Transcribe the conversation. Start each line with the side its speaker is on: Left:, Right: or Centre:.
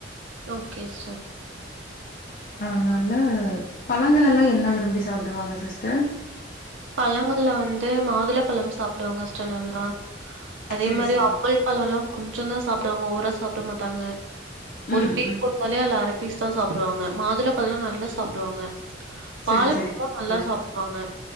Right: ஓகே ஸ்டர்
Left: ஆனால பழங்களெல்லா என்ன விரும்பி சாப்டுவாங்க சிஸ்டர்
Right: பழங்கள்ல வந்து மாதுளபழம் சாப்டுவாங்க ஸ்டர் நல்லா அதே
Left: செரி
Right: மாரி
Left: செரிங்க
Right: ஆப்பிள்பழோலா
Left: சிஸ்டர்
Right: கொஞ்சொந்தா சாப்டுவாங்க ஓவரா சாப்ட மாட்டாங்க
Left: ம்
Right: ஒரு பீஸ்
Left: ம்
Right: கு <unintelligible> அல்ல அர பீஸ்தா சாப்டுவாங்க மாதுளபழோலா நல்லா சாப்டுவாங்க
Left: செரி
Right: வாழப்பழோலா
Left: செரிங்க சிஸ்டர்
Right: நல்லா சாப்டுவாங்க